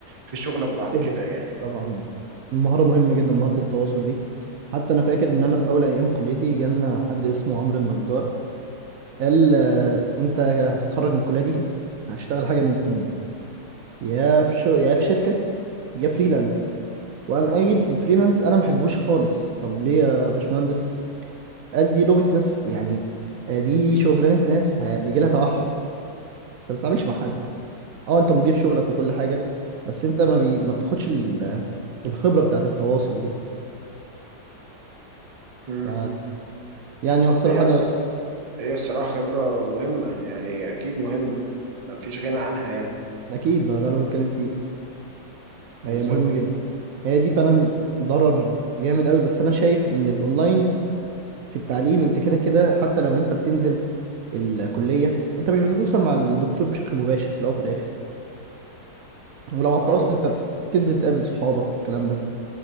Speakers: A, on the right; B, on the right.
A: في شغلك بعد
B: شغل
A: كده يعني
B: طبعا المهارة مهمة جدا مهارة التواصل دي حتى أنا فاكر إن أنا في أول أيام كليتي جالنا حد اسمه عمرو النجار قال آه، أنت هتتخرج من الكلية دي هتشتغل حاجة من اتنين يا في شو يا في شركة يا فريلانس وقام قايل الفريلانس أنا محبوش خالص طب ليه يا باشمهندس؟ قال دي لغة ناس يعني آه، دي شغلانة ناس ه- بيجي لها توحد أنت ما بتتعاملش مع حد أه أنت مدير شغلك وكل حاجة بس أنت ما, بي... ما بتاخدش ال- الخبرة بتاعت التواصل دي
A: مم.
B: ف يعني هو الصراحة
A: هي
B: أنا
A: الص- هي الصراحة خبرة مهمة يعني أكيد مهمة مفيش غنى عنها يعني
B: أكيد ما ده اللي أنا بتكلم فيه
A: بالظبط
B: هي مهمة جدا هي دي فعلا ضرر جامد قوي بس أنا شايف إن الأونلاين في التعليم أنت كده كده حتى لو أنت بتنزل الكلية أنت مش بتتواصل مع الدكتور بشكل مباشر في الأول وفي الآخر ولو على التواصل
A: اه ب-
B: أنت بتنزل تقابل صحابك والكلام ده